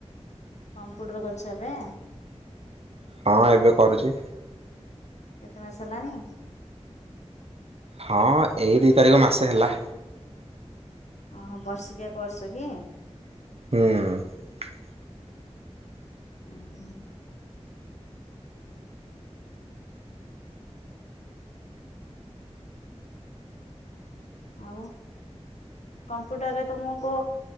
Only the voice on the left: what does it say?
କମ୍ପ୍ୟୁଟର କରୁଛ ଏବେ?
କେତେ ମାସ ହେଲାଣି?
ଓହୋ ବର୍ଷିକିଆ କୋର୍ସ କି?
ଓ ହ। ଆଉ। କମ୍ପ୍ୟୁଟରରେ ତମକୁ